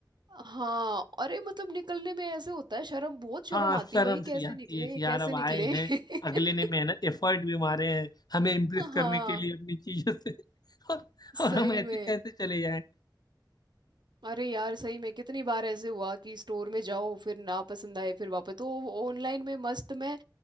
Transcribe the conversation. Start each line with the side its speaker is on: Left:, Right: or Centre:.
Right: हाँ अरे मतलब निकलने में ऐसे होता है शर्म बहुत शर्म
Left: हाँ
Right: आती
Left: शर्म
Right: है भाई
Left: सी
Right: कैसे
Left: आती
Right: निकले
Left: है कि यार
Right: कैसे
Left: अब
Right: निकले
Left: आए हैं अगले
Right: <laughs>
Left: ने मेहनत एफर्ट भी मारे हैं हमें इम्प्रेस करने
Right: हाँ
Left: के लिए अपनी चीजों से <laughs> और,
Right: सही
Left: और हम ऐसे
Right: में
Left: कैसे चले जाएं
Right: अरे यार सही में कितनी बार ऐसे हुआ कि स्टोर में जाओ फिर ना पसंद आए फिर वापस तो ऑनलाइन में मस्त मैं